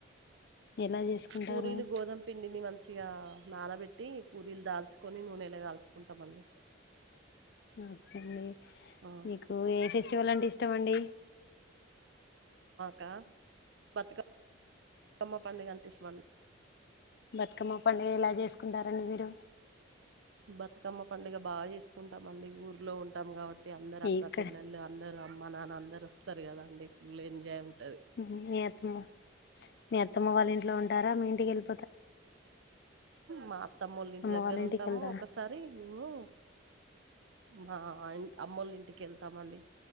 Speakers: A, on the left; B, on the right.
A: ఎలా చేసుకుంటారు
B: పూరీలు గోధుమ పిండిని మంచిగా నానబెట్టి పూరీలు దాచ్ కొని నూనెల కాల్సుకుంటామండి
A: ఓకే అండి
B: ఆ
A: మీకు ఏ ఫెస్టివల్ అంటే ఇష్టం అండి
B: కా బతుకమ్మ పండగ అం టే ఇస్టమ్ అండి
A: బతుకమ్మ పండుగ ఎలా చేసుకుంటారండి మీరు
B: బతుకమ్మ పండుగ బాగా చేసుకుంటాము అండి ఊర్లో ఉంటాం కాబట్టి అందరు
A: ఇక్కడ
B: అక్క, చెల్లెళ్లు అందరూ అమ్మ, నాన్న అందరు వస్త స్తరు కదండి ఫుల్ ఎంజాయ్ ఉంటది
A: మ్మ్హ్ మీ అత్తమ్మ మీ అత్తమ్మ వాళ్ళ ఇంట్లో ఉంటారా మీ ఇంటికి వెళ్ళి
B: మా అత్తమ్మల ఇంటి
A: అమ్మ
B: దగ్గర
A: వాళ్ళ ఇంటికి
B: ఉంటాము
A: వెళ్తారా
B: ఒకసారి మేము మా అమ్మోల్ల ఇంటికి వెళ్తామండి